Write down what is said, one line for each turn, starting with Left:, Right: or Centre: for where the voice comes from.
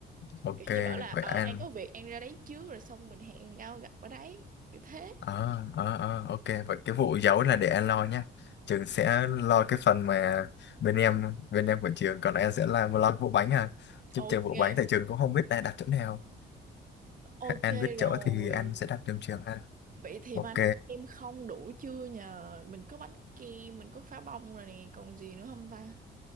Left: ok
Right: kiểu như bảo là ờ
Left: vậy an.
Right: An có việc An ra đấy trước rồi xong mình hẹn nhau gặp ở đấy kiểu thế
Left: ờ ờ ờ ok vậy cái vụ giấu là để an lo nhá trường sẽ lo cái phần mà bên em bên em của trường còn an sẽ làm lo cái vụ bánh ha giúp
Right: ok
Left: trường vụ bánh tại trường cũng không biết đã đặt chỗ nào
Right: ok
Left: An biết
Right: rồi
Left: chỗ thì an sẽ đặt trong trường ha
Right: vậy thì
Left: ok
Right: bánh kem không đủ chưa nhờ mình có bánh kem mình có phá bông rồi nè còn gì nữa không ta